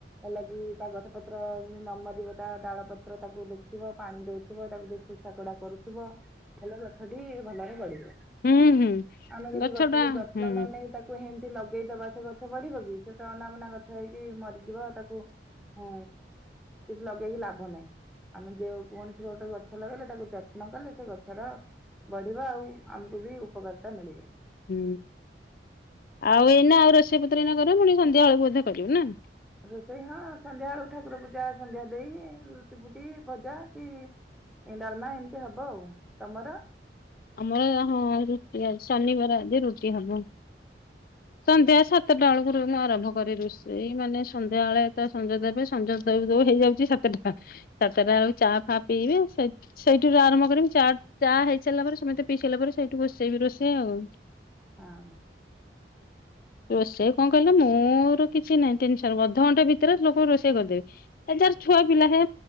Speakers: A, in the centre; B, on the left.
A: ଭଲ କି ତା ଗଛ ପତ୍ର ନ ମରିବ ତା ଡାଳ ପତ୍ର ତାକୁ ଦେଖିବ ପାଣି ଦଉଥିବ ତାକୁ ଟିକେ ଖୁସା ତଡା କରୁଥିବ ହେଲେ ଗଛଟି ଭଲରେ ବଢିବ।
B: ହୁଁ ହୁଁ
A: ଆମେ ଯଦି
B: ଗଛ
A: ଗଛକୁ
B: ଟା
A: ଯତ୍ନ
B: ହୁଁ
A: ନ ନେଇ ତାକୁ ହେମ ଲଗେଇଦବା ସେ ଗଛ ବଢ଼ିବ କି ସେ ତ ଅନାବନା ଗଛ ହେଇକି ମରିଯିବ ତାକୁ ଉଁ ଲଗେଇକି ଲାଭ ନାହିଁ ଆମେ ଯେ କୌଣସି ଗୋଟେ ଗଛ ଲଗେଇଲେ ତାକୁ ଯତ୍ନ କଲେ ସେ ଗଛ ରା ବଢ଼ିବ ଆଉ ଆମକୁ ବି ଉପକାରିତା ମିଳିବ।
B: ହୁଁ ଆଉ ଏଇନା ଆଉ ରୋଷେଇ ପତ୍ର ଏଇନା କର ପୁଣି ସନ୍ଧ୍ୟା ବେଳକୁ ବୋଧେ କରିବ ନା।
A: ରୋଷେଇ ହଁ ସନ୍ଧ୍ୟା ବେଳକୁ ଠାକୁର ପୂଜା ସନ୍ଧ୍ୟା ଦେଇ ରୁଟି ଫୁଟି ଭଜା କି ଡାଲମା ଏମିତି ହବ ଆଉ। ତମର?
B: ଆମର ହଁ ର ଶନିବାର ଆଜି ରୁଟି ହବ ସନ୍ଧ୍ୟା ସାତଟା ବେଳକୁ ମୁଁ ଆରମ୍ଭ କରେ ରୋଷେଇ ମାନେ ସନ୍ଧ୍ୟା ବେଳେ ତ ସଞ୍ଜ ଦେବେ ସଞ୍ଜ ଦଉ ଦଉ ହେଇଯାଉଛି ସାତଟା ସାତଟା ବେଳକୁ ଚା ଫା ପିଇବେ ସେଇଠିରୁ ଆରମ୍ଭ କରିବି ଚା ଚା ହେଇ ସାରିଲା ପରେ ସମେତେ ପିଇ ସାରିଲା ପରେ ସେଇଠୁ ବସେଇବି ରୋଷେଇ ଆଉ।
A: ହଁ।
B: ରୋଷେଇ କଣ କହିଲ ମୋର କିଛି ନାହିଁ ଟେନସନ ଅଧଘଣ୍ଟା ଭିତରେ ଲୋକଙ୍କୁ ରୋଷେଇ କରିଦେବି ଯାର ଛୁଆ ପିଲା ହେ